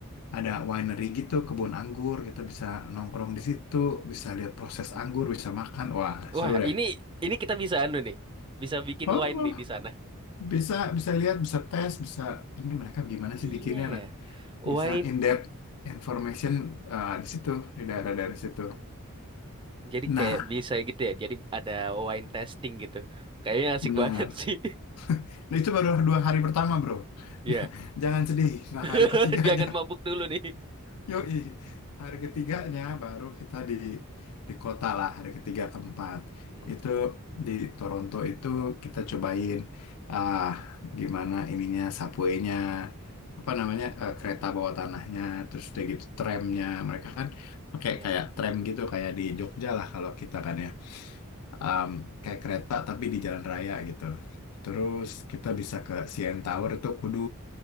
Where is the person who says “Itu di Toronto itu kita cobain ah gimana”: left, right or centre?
Left